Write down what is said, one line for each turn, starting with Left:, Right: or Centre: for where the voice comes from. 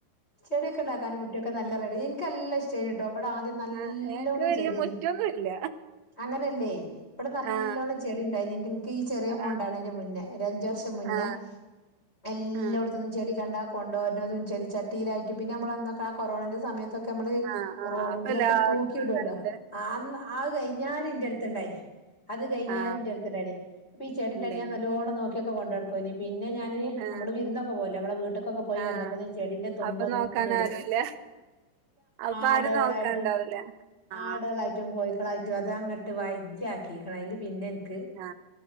Left: ചെടിയൊക്കെണ്ടാക്കാന് മുറ്റൊക്കെ നല്ല റെഡ എനിക്ക നല്ലഷ്ട്ടേന് ട്ടോ ഇവിടെ ആദ്യം. നല്ലോണം
Right: ആ ഞങ്ങക്ക് വല്യ
Left: ചെടീനെയ്‌ൻ.
Right: മുറ്റൊന്നുല്ല
Left: അങ്ങനെയല്ലേ ഇവിടെ നല്ലോണം
Right: ആ ആ
Left: ചെടി ഉണ്ടായിന് ഇൻക്ക് ഈ ചെറിയ
Right: ആ
Left: മോൻ ണ്ടാവണെയ്ന്റെ- മുന്നേ ഒരഞ്ചു വർഷം. മുന്നേ
Right: ആ
Left: എല്ലോട്തുന്നും
Right: ആ
Left: ചെടി കണ്ടാ, കൊണ്ടൊരുന്നതും ചെടി ചട്ടി- യിലായിട്ടും പിന്ന നമ്മളന്ന് ആ, കൊറോണന്റെ സമയത്ത്. ക്കെ നമ്മള്
Right: ആ
Left: റോ,
Right: അപ്പൊ
Left: ഇതിലൊക്കെ
Right: എല്ലാട്ത്തും
Left: തൂക്കി ഇടുല്ലോ?
Right: നല്ലത്
Left: ആ, ആ- കഴിഞ്ഞാൽ അടുത്തുണ്ടായിരുന്നു. അത് കഴിഞ്ഞാലും
Right: ആ
Left: ന്റട്ത്- ണ്ടയിരുന്നു ഇപ്പോ ഈ ചെടിണ്ടായിട്ട്
Right: ഇണ്ടേയ്ന്നു
Left: നല്ലോണം നോക്കി. ഒക്കെ കൊണ്ടടുക്കുവയ്ന് പിന്നെ ഞാന്
Right: ആ
Left: നമ്മള് വിരുന്നൊക്കെ പോവു- ലെ, നമ്മെ വീട്ക്ക് ക്കൊക്കെ പോയി
Right: ആ
Left: വന്നപ്പോ ചെടിന്റെ- തുമ്പൊന്നുല്ല
Right: അപ്പൊ നോക്കാൻ ആരുല്ല അപ്പൊ
Left: ആടുകളായിട്ടും
Right: ആരും നോക്കാണ്ടാവൂല ആ
Left: ആട- കോഴിക്കളായിട്ടും അതങ്ങട്ട് വയ് ക്കാക്കി. അതില് പിന്നെ എനിക്ക്
Right: ആ